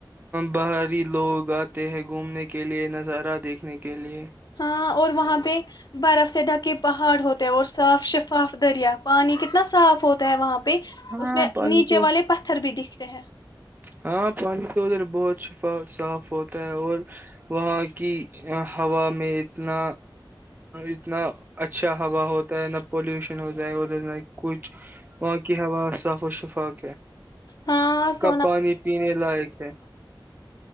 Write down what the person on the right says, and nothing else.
باہری لوگ آتے ہیں گھومنے کے لیے نظارہ دیکھنے کے لیے <unintelligible>
ہاں
پانی
تو
ہاں پانی تو ادھر بہت شفا صاف ہوتا ہے اور وہاں کی ہوا میں اتنا اتنا اچھا ہوا ہوتا ہے نہ پولوشن ہوتا ہے ادھر نہ کچھ باقی ہوا <unintelligible> صاف و شفا <unintelligible>
پانی پینے لائق ہے